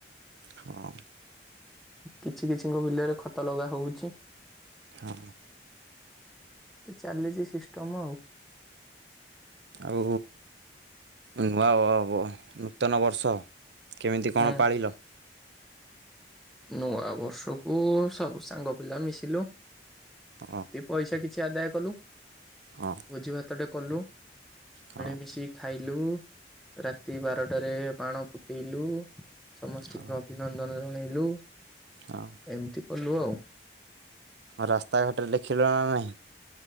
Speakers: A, on the right; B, in the centre.
A: ହଁ।
B: କିଛି କିଛିଙ୍କ ବିଲରେ ଖତ ଲଗା ହଉଛି।
A: ହଁ ହଁ।
B: ଚାଲିଛି ସିଷ୍ଟମ ଆଉ।
A: ଆଉ ନୂଆ ନୂତନ ବର୍ଷ କେମିତି କଣ
B: ହୁଁ
A: ପାଳିଲ?
B: ନୂଆ ବର୍ଷକୁ ସବୁ ସାଙ୍ଗ ପିଲା ମିଶିଲୁ।
A: ହଁ।
B: ଏ ପଇସା କିଛି ଆଦାୟ କଲୁ।
A: ହଁ।
B: ଭୋଜି ଭାତଟେ କଲୁ ମିଳିମିଶିକି।
A: ହଁ
B: ଖାଇଲୁ ରାତି ବାରଟାରେ ବାଣ ଫୁଟେଇଲୁ ସମସ୍ତିଙ୍କ
A: ହଁ
B: ଅଭି ନନ୍ଦନ ଜଣେଇଲୁ।
A: ହଁ।
B: ଏମିତି କଲୁ ଆଉ।
A: ରାସ୍ତାଘାଟରେ ଲେଖିଲ ନା ନାହିଁ।